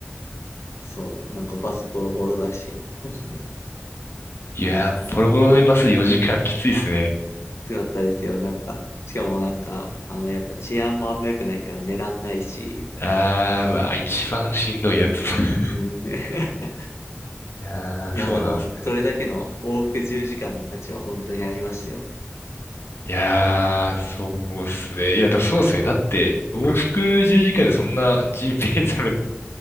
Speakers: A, on the left; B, on the left.
A: そう、なんかバスボロボロだし、<laughs>
B: いやー、ボロボロのバス4時間きついっすね。
A: つかったですよ。なんか、しかもなんか、あの、やっぱ治安もあんま良くないから寝らんないし、
B: あー、うわー、一番しんどいやつ。<laughs>
A: うん。<laughs> い
B: いやー、
A: や、
B: そうなんですね。
A: でも、それだけの往復10時間の価値は本当にありましたよ。
B: いやー、そうっすね。いや、だそうっすね。だって、往復10時間でそんなジンベエザメ